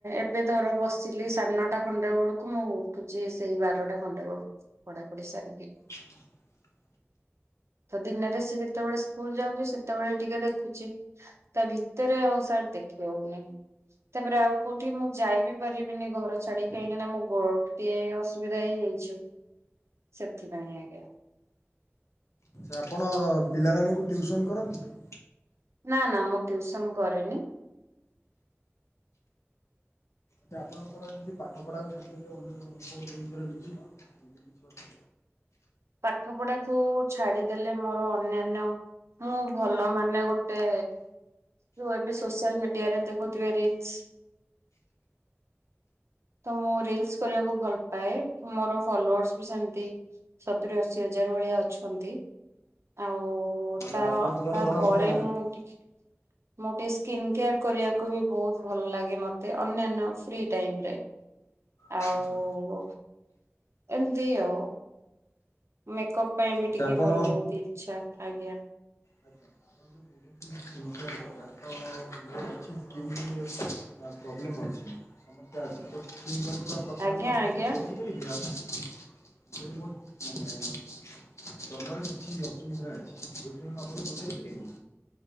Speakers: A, on the right; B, on the left.
A: ଏବେ ଧର ବଶ୍। ସିଲେଇ ସାଢେ ନଅଟା ଖଣ୍ଡେ ବେଳକୁ ମୁଁ ଉଠୁଛି ସେଇ ବାରଟା ଖଣ୍ଡେ ବେଳକୁ ପଢା ପଢି ସାରିକି।
B: <inaudible>
A: ତ ଦିନରେ ସେ ଯେତେବେଳେ ସ୍କୁଲ ଯାଉଛି ସେତେବେଳେ ଟିକେ ଦେଖୁଛି। ତା ଭିତରେ ଆଉ ସାର୍ ଦେଖେଇ ହଉନି। ତାପରେ ଆଉ କୋଉଠି ମୁଁ ଯାଇ ବିି ପାରିବିନି ଘର ଛାଡି କାହିଁକି ନା ମୋ ଗୋ ଟିକେ ଅସୁବିଧା ହେଇଯାଇଛି। ସେଥି ପାଇଁ ଆଜ୍ଞା।
B: ଆଚଛା ଆପଣ ପିଲାମାନଙ୍କୁ ଟ୍ୟୁଉସନ କରନ୍ତି କି?
A: ନା ନା ମୁଁ ଟ୍ୟୁଉସନ କରେନି।
B: ତ ଆପଣଙ୍କର ଯେମିତି ପାଠ ପଢାକୁ ଛାଡ଼ିଦେଲେ <unintelligible> ରୁଚି
A: ପାଠ ପଢାକୁ ଛାଡିଦେଲେ ମୋର ଅନ୍ୟାନ୍ୟ। ମୁଁ ଭଲ ମାନେ ଗୋଟେ। ଜୁ ଏବେ ସୋସିଆଲ ମିଡିଆରେ ଦେଖୁଥିବେ ରିଲସ। ତ ମୁଁ ରିଲସ କରିବାକୁ ଭଲ ପାଏ ମୋର ଫଲୋର୍ସ ବି ସେମିତି। ସତୁୁର ଅଶୀ ହଜାର ଭଳିଆ ଅଛନ୍ତି ଆଉ।
B: ନହେଲେ
A: ତ
B: ଆପଣ ଜଣେ
A: ତାପରେ
B: ଜଣାଶୁଣା
A: ମୁଁ ଟିକେ। ମୋର ଟିକେ ସ୍କିନ୍ କେୟାର କରିବାକୁ ବି ବହୁତ ଭଲ ଲାଗେ ମତେ ଅନ୍ୟାନ୍ୟ ଫ୍ରି ଟାଇମ ରେ। ଆଉ।
B: ଆଚ୍ଛା
A: ଏମିତି ଆଉ ମେକଅପ ପାଇଁ ବି
B: ଆଚ୍ଛା
A: ଟିକେ
B: ଆପଣ
A: ମୋର ବହୁତ ଇଛା ଆଜ୍ଞା।
B: ଆଚ୍ଛା କଥା ତ <unintelligible> ଛି କେମି ଆ ପ୍ରୋବ୍ଲେମ୍ ଅଛି। ସମସ୍ୟା ଅଛି ତକିମ୍ ଜନିତ କଥା
A: ଆଜ୍ଞା
B: ମୁଁ ଆପଣଙ୍କୁ
A: ଆଜ୍ଞା
B: ପଚାରି ପାରିବି ଆପ ଯଦି ମୁ ଚାନେ। ତମର କିଛି ଅସୁବିଧା ଅଛି ଯୋଉଥିପାଇଁ ଆପଣଙ୍କୁ ପଚାରିପାରିବି।